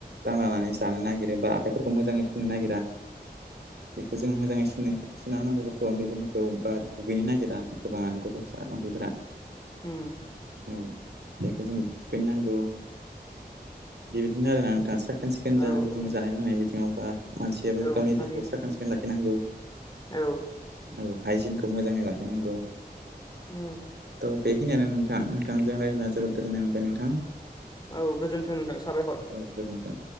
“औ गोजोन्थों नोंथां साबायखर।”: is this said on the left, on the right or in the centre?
Left